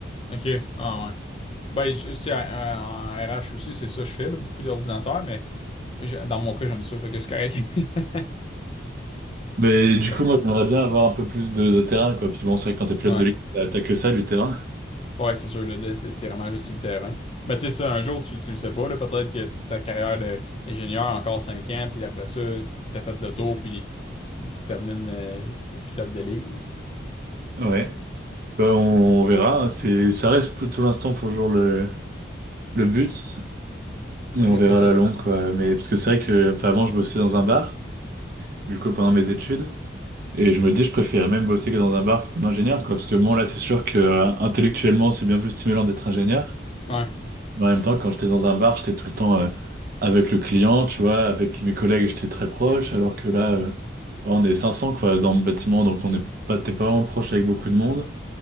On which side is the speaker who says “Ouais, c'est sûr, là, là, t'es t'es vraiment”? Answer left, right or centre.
Left